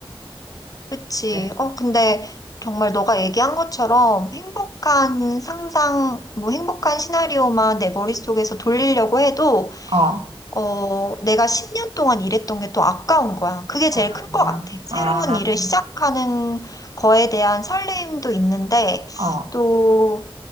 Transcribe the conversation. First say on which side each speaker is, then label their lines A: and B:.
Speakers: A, on the left; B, on the right.
A: 그치.
B: 네.
A: 어, 근데 정말 너가 얘기한 것처럼 행복한 상상, 뭐 행복한 시나리오만 내 머릿속에서 돌리려고 해도,
B: 어,
A: 어, 내가 10년 동안 일했던 게 또 아까운 거야. 그게
B: 아,
A: 제일 큰 것 같아. 새로운
B: 아,
A: 일을 시작하는 거에 대한 설레임도 있는데,
B: 어,
A: 또